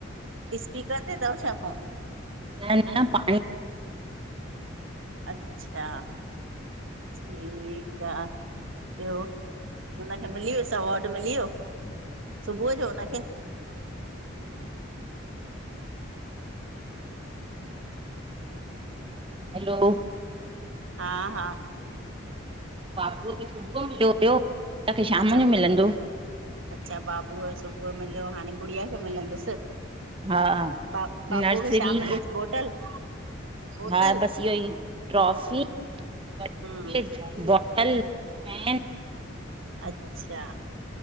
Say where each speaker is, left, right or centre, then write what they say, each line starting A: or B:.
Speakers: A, on the right; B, on the right.
A: इस्पीकर ते तव छा फोन
B: न न पाणी
A: अच्छा ठीकु आ ॿियो उनखे मिली वियस अवॉड मिली वियो सुबुह जो उनखे
B: हलो
A: हा हा
B: बाबूअ खे सुबुयो मिलियो हुयो तांखे शाम
A: अच्छा
B: जो मिलंदो
A: अच्छा बाबूअ यो सुबुह मिलियो, हाणे गुड़ियाअ खे मिलंदसि
B: हा
A: बा बाबूअ
B: नर्सरी
A: खे छा मिलियसि? बोटल? बोतल
B: हा बस इओ ई ट्रॉफ़ी <unintelligible>
A: हम्म
B: हल ऐं
A: अच्छा